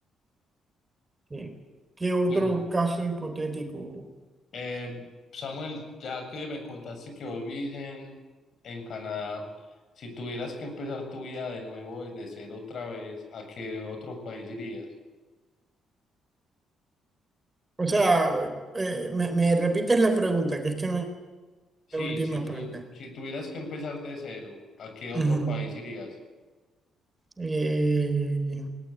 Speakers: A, on the right (about 20°); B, on the left (about 60°).
A: sí. ¿Qué otro
B: Bueno.
A: caso hipotético?
B: Eh, Samuel, ya que me contaste que vos vivís en, en Canadá, si tuvieras que empezar tu vida de nuevo desde cero otra vez, ¿a qué otro país irías?
A: O sea, eh, me, me repites la pregunta, que es que no es
B: Sí,
A: la última
B: si tú,
A: parte.
B: si tuvieras que empezar de cero, ¿a qué otro
A: Ujú.
B: país irías?
A: Eh,